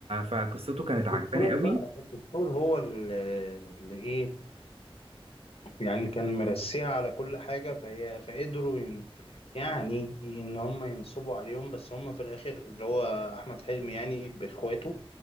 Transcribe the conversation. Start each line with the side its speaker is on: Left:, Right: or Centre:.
Right: فقصته كانت
Left: الدكتور
Right: عجباني قوي
Left: بقى الدكتور هو اللي اللي ايه يعني كان مرسيها على كل حاجة فهي فقدروا ين... يعني إن هم ينصبوا عليهم بس هم في الآخر اللي هو أحمد حلمي يعني بإخواته